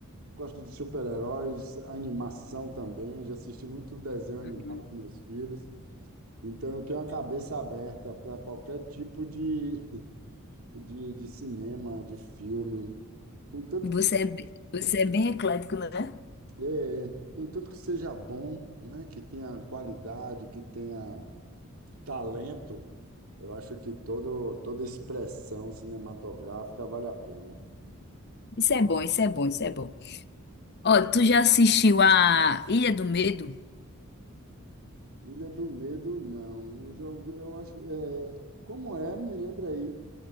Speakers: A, on the right (about 75°); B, on the left (about 50°).
A: Gosto de super-heróis, animação também. Já assisti muito desenho animado
B: uhum.
A: com meus filhos. Então, eu tenho a cabeça aberta para qualquer tipo de, <laughs> de, de cinema, de filme. Contanto
B: você
A: que,
B: é, be- você é bem eclético, né?
A: é, contanto que seja bom, né? Que tenha qualidade, que tenha talento. Eu acho que todo, toda expressão cinematográfica vale a pena.
B: Isso é bom, isso é bom, isso é bom. Ó, tu já assistiu a Ilha do Medo,
A: Ilha do Medo, não. Eu já ouvi, eu acho, é, como é? Me lembra aí.